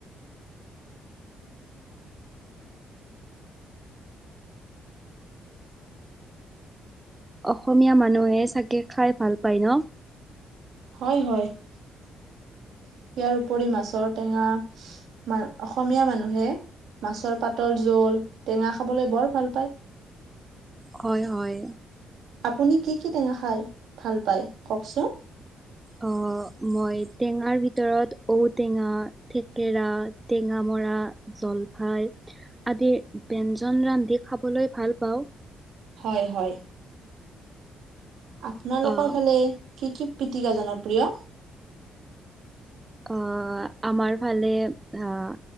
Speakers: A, on the right (about 15°); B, on the right (about 75°).
A: অসমীয়া মানুহে চাগে, খাই ভাল পায় ন।
B: হয়, হয়, ইয়াৰ উপৰি মাছৰ টেঙা মা অসমীয়া মানুহে মাছৰ পাতৰ জোল, টেঙা খাবলৈ বৰ ভাল পায়।
A: হয়, হয়।
B: আপুনি কি কি টেঙা খায় ভাল পায়, কওকচোন?
A: অ, মই টেঙাৰ ভিতৰত ঔটেঙা থেকেৰা, টেঙামৰা, জলফাই আদি ব্যঞ্জন ৰান্ধি খাবলৈ ভাল পাওঁ।
B: হয়, হয়। আপোনালোকৰ
A: আহ
B: ফালে কি কি পিতিকা জনপ্ৰিয়?
A: অহ, আমাৰ ফালে আহ